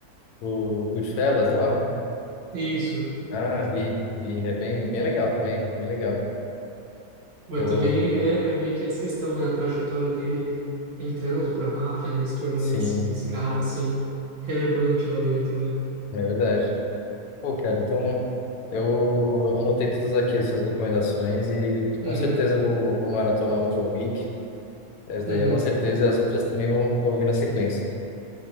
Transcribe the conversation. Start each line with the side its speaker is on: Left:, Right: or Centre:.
Left: O Goodfellas lá,
Right: Isso.
Left: Ah, vi, vi. É bem, bem legal também, bem legal.
Right: Ué,
Left: Eu,
Right: também é, é meio que essa questão, né? A trajetória dele entrando pra máfia, né? E se tornando
Left: sim,
Right: esse, esse cara, assim, relevante lá dentro, né?
Left: é verdade. Pô, cara, então eu anotei todas aqui as suas recomendações e
Right: Uhum,
Left: com certeza eu vou, vou maratonar o John Wick. Essa
Right: uhum.
Left: daí é uma certeza, e as outras também vão, vão vir na sequência.